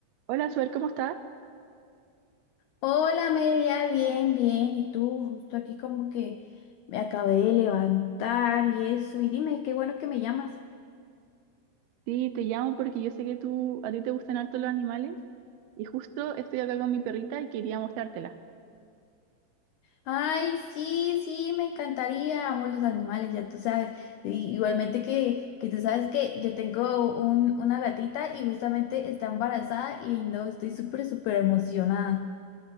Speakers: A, on the right; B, on the left.
A: Hola, Suer, ¿cómo estás?
B: Hola Amelia, bien, bien. ¿Y tú? Justo aquí como que me acabé de levantar y eso. Y dime, qué bueno que me llamas.
A: Sí, te llamo porque yo sé que tú, a ti te gustan harto los animales y justo estoy acá con mi perrita y quería mostrártela.
B: Ay, sí, sí, me encantaría. Amo los animales, ya tú sabes. Y igualmente que, que tú sabes que yo tengo un- una gatita y justamente está embarazada y no, estoy súper, súper emocionada.